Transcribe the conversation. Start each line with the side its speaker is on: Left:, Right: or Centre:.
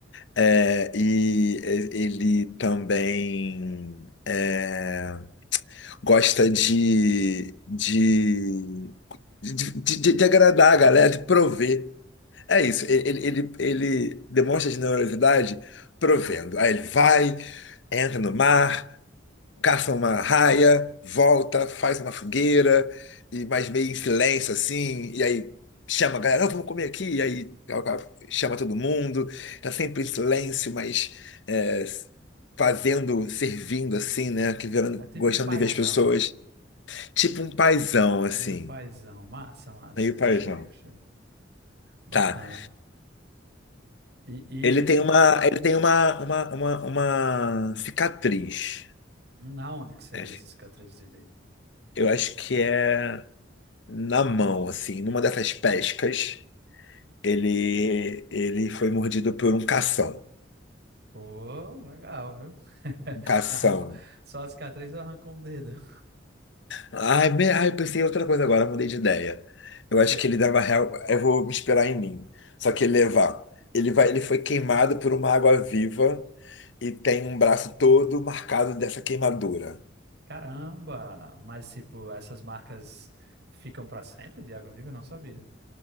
Left: É, e e- ele também é, gosta de, de, de, de- de agradar a galera, de prover. É isso, ele, ele, ele ele demonstra generosidade provendo. Aí ele vai, entra no mar, caça uma raia, volta, faz uma fogueira, e mais meio em silêncio assim, e aí chama a galera, "Ó, vamos comer aqui, e aí ó, ó, chama todo mundo, tá sempre em silêncio, mas é, fazendo, servindo assim, né? Que vendo,
Right: É tipo
Left: gostando
Right: um paizão,
Left: de ver as pessoas. Tipo um paizão, assim,
Right: meio paizão. Massa, massa.
Left: meio
Right: Gostei,
Left: paizão.
Right: gostei. Bacana.
Left: Tá.
Right: E, e
Left: Ele
Right: o, o-
Left: tem uma, ele tem uma, uma, uma, uma cicatriz.
Right: um, aonde que seria
Left: né?
Right: essa cicatriz dele?
Left: Eu acho que é na mão, assim, numa dessas pescas. Ele, ele foi mordido por um cação.
Right: Pô, legal, viu? <laughs>
Left: Um cação.
Right: arranco Só a cicatriz eu arrancou um dedo. <laughs>
Left: Ai, me, ai, eu pensei em outra coisa agora, mudei de ideia. Eu acho
Right: Porque,
Left: que ele dava real. Eu vou me inspirar em mim. Só que ele levar. Ele vai, ele foi queimado por uma água viva e tem um braço todo marcado dessa queimadura.
Right: caramba! Mas, tipo, essas marcas ficam pra sempre de água viva? Eu não sabia.